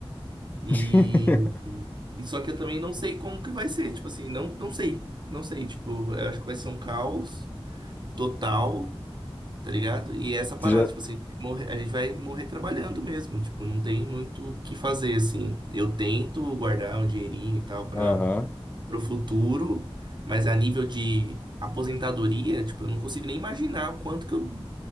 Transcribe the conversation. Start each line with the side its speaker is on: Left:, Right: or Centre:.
Right: E,
Left: <laughs>
Right: e só que eu também não sei como que vai ser, tipo assim, não, não sei, não sei, tipo, eu acho que vai ser um caos. total, tá ligado? E essa parada,
Left: Tu já...
Right: tipo assim, morrer- a gente vai morrer trabalhando mesmo, tipo, não tem muito o que fazer, assim. Eu tento guardar um dinheirinho e tal para
Left: Aham.
Right: pro futuro, mas a nível de aposentadoria, tipo, eu não consigo nem imaginar o quanto que eu,